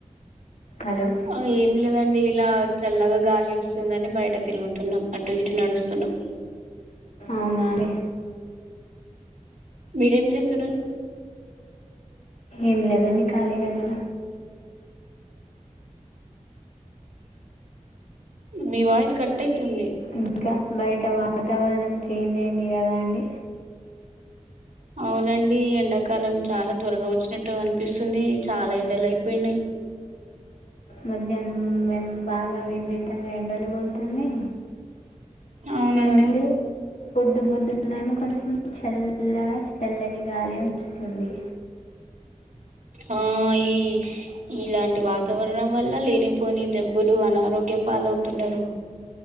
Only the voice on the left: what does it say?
హలో
అవునా అండి
ఏం లేదండి ఖాళీగానే
ఇంకా బయట వాతావరణం చేంజ్ అయింది కదా అండి
మధ్యాహ్నం మేం బాగా విపరీతంగా ఎండలు కొడుతున్నాయి
నుండి పొద్దున పొద్దునేమో కొంచెం చల్లగా చల్లని గాలి వొస్తుంది